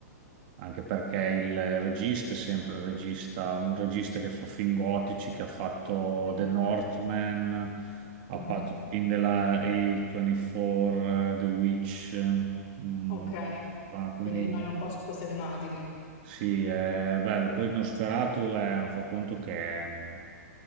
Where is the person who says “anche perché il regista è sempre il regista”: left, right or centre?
Right